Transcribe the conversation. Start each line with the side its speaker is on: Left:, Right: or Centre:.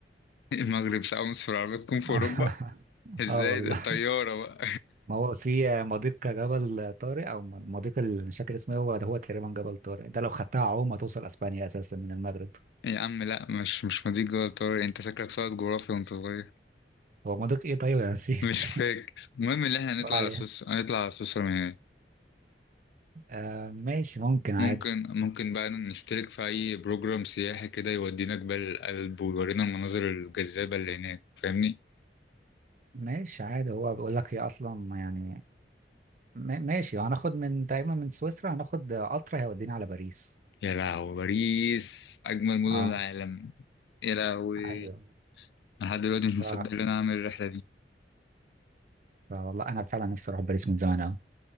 Left: <laughs> المغرب ساعة ونص في العربية تكون في
Right: <laughs>
Left: أوروبا ازاي
Right: اه والله
Left: ده الطيارة بقى
Right: ما هو في مضيق جبل طارق او مضيق ال- مش فاكر اسمه إيه، هو ده هو تقريبا جبل طارق ده لو خدتها عوم هتوصل اسبانيا اساسا من المغرب
Left: <laughs> يا عم لا مش مش مضيق جوه الطيارة يعني انت شكلك ساقط جغرافيا وانت صغير
Right: هو مضيق ايه طيب انا نسيت
Left: <laughs> مش فاكر المهم اللي احنا نطلع
Right: <laughs> عليه
Left: على سويسرا هنطلع على سويسرا من هناك
Right: آه ماشي ممكن عادي
Left: ممكن ممكن بقى نشترك في أي بروجرام سياحي كده يودينا جبال الألب ويورينا المناظر الجذابة اللي هناك فاهمني؟
Right: ماشي عادي هو بيقول لك هي اصلا يعني ما- ماشي هناخد من تقريبا من سويسرا هناخد قطر هيودينا على باريس
Left: يا لهوي باريس أجمل مدن
Right: اه
Left: العالم يا لهوي
Right: ايوه
Left: أنا لحد دلوقتي مش مصدق
Right: ف...
Left: إن أنا أعمل الرحلة دي
Right: فوالله انا فعلا نفسي اروح باريس من زمان قوي